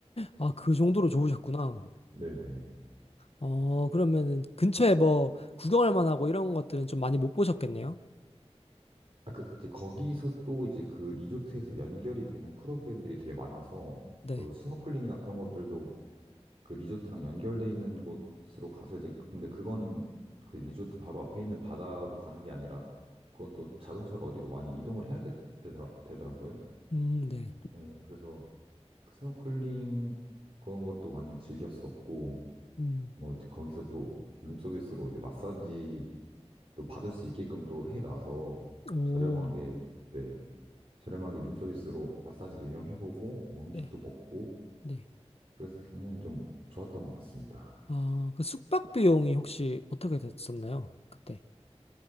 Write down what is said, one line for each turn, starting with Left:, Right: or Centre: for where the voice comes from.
Left: 아, 그 정도로 좋으셨구나.
Right: 네네.
Left: 어, 그러면은 근처에 뭐 구경할 만하고 이런 것들은 좀 많이 못 보셨겠네요.
Right: 아, 그, 이제 거기서 또 이제 그 리조트에서 연결이 되는 프로그램들이 되게 많아서,
Left: 네.
Right: 그 스노클링이나 그런 것들도 그 리조트랑 연결돼 있는 곳으로 가서 이제 근데 그거는 그 리조트 바로 앞에 있는 바다로 가는 게 아니라 그건 또 자동차로 어디로 많이 이동을 해야 되, 되더라, 되더라고요.
Left: 음, 네.
Right: 네, 그래서 스노클링 그런 것도 많이 즐겼었고
Left: 음.
Right: 뭐 이제 거기서 또 룸서비스로 이제 마사지 또 받을 수 있게끔 또 해놔서
Left: 오,
Right: 저렴하게 네 저렴하게 룸서비스로 마사지도 이용해보고 뭐 음식도
Left: 네.
Right: 먹고
Left: 네.
Right: 그래서 굉장히 좀 좋았던 것 같습니다.
Left: 아, 그 숙박 비용이 혹시 어떻게 됐었나요? 그때.